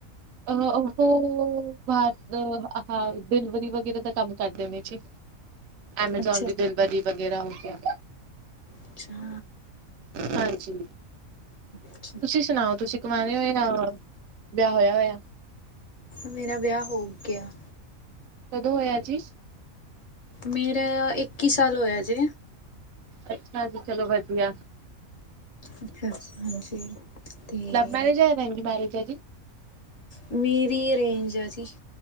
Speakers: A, on the right; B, on the left.
A: ਅ ਹੋ ਹ ਹ ਡਿਲਵਰੀ ਵਗਰਾ ਤਾਂ ਕੰਮ ਕਰਦੇ ਨੇ ਜੀ ਐਮਾਜ਼ੋਨ
B: ਅੱਛਾ
A: ਦੀ
B: ਅੱਛਾ
A: ਦਿਲਵਰੀ ਵਗੈਰਾ ਹੋ ਗਿਆ
B: ਅੱਛਾ
A: ਹਾਂਜੀ
B: ਅੱਛਾ
A: ਤੁਸੀਂ ਸੁਣਾਓ ਤੁਸੀਂ ਕਵਾਰੇ ਹੋਏ ਆ ਵਿਆਹ ਹੋਇਆ ਹੋਇਆ
B: ਮੇਰਾ ਵਿਆਹ ਹੋ ਗਿਆ
A: ਕਦੋਂ ਹੋਇਆ ਜੀ
B: ਮੇਰਾ ਇੱਕੀ ਸਾਲ ਹੋਇਆ ਜੇ
A: ਅੱਛਾ ਜੀ ਚਲੋ ਵਧੀਆ
B: ਅੱਛਾ ਅ ਹਾਂਜੀ ਅਤੇ
A: ਲਵ ਮੈਰਿਜ ਹੈ ਅਰੇਂਜ ਮੈਰਿਜ ਹੈ ਜੀ
B: ਮੇਰੀ ਅਰੇਂਜ ਆ ਜੀ